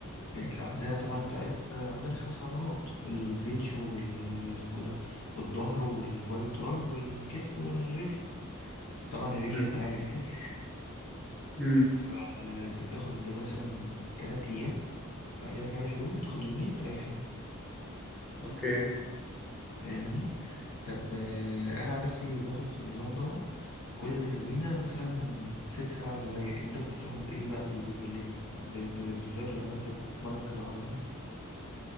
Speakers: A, on the left; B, in the centre.
A: اذا كان عندنا طبعا انت عارف آه، عندنا خمس عضلات البنش وال اسمه إيه ده والظهر والباي والتراي والكتف والرجل طبعا الرجل
B: تمام.
A: انت عارف يعني.
B: امم
A: فانت بتاخد مثلا تلات ايام بعدها تريح يوم تاخد يومين تريح يوم
B: اوكي
A: فاهمني طب آه، انا عن نفسي باخد في النظام دوت كل تمرينة مثلا ست سبع زوايا انت كنت بتاخد ايه بقى في البوش بالليج ب- ب- بالذات لما انت بتتمرن كذا عضلة يعني